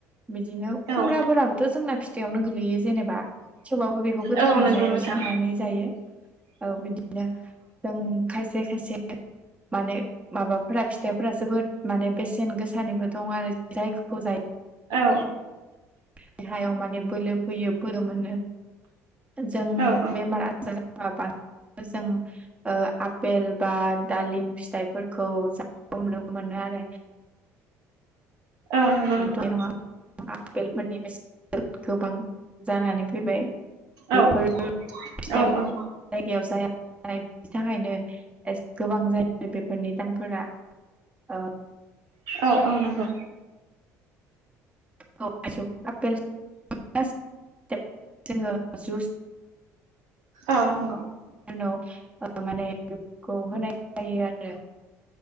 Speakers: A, on the right (about 15°); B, on the right (about 70°).
A: बिदिनो
B: औ
A: खुम्राफोराबोथ' जोंना फिथायाइआवनो गोगलैयो जेनेबा थेवबबो बेखौ गोथाङै
B: औ नंगौ
A: जाया
B: नोंथां
A: संनानै जायो औ जों खायसे खायसे माने माबाफोरा फिथाइफोरा जोबोद माने बेसेन गोसानिबो दं आरो जायखौ जायो
B: औ।
A: देहायाव माने बोलो फैयो बोलो मोनो जों
B: औ औ
A: बेमार <unintelligible> जों ओ आपेल बा दालिम फिथाइफोरखौ ज नुनो मोनो आरो।
B: औ नंगौ नोंथां
A: <unintelligible> गोबां जानानै फैबाय बेफोर
B: औ
A: फिथाइ
B: औ औ।
A: जायगायाव जाया बिनि <unintelligible> बेफोरनि दामफोरा ओ
B: औ औ नंगौ।
A: औ <unintelligible> <unintelligible>
B: औ नंगौ।
A: नाव ओ माने बेखौ होनाय जायो आरो।